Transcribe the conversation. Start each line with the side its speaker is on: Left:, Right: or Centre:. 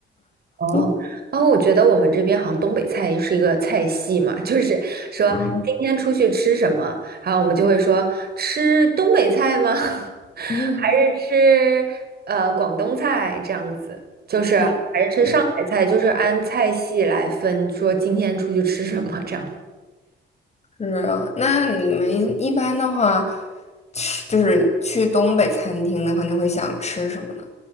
Right: 哦，
Left: 嗯
Right: 然后我觉得我们这边好像东北菜是一个菜系嘛，就是说今天出去吃什么，
Left: 嗯
Right: 然后我们就会说吃东北菜吗？<laughs> 还是吃呃广东菜这样子？
Left: 嗯
Right: 就是还是吃上海菜，
Left: <laughs> 嗯，嗯
Right: 就是按菜系来分，说今天出去吃什么这样。
Left: 是啊。那你们一般的话，吃就是去东北餐厅的话，你会想吃什么呢？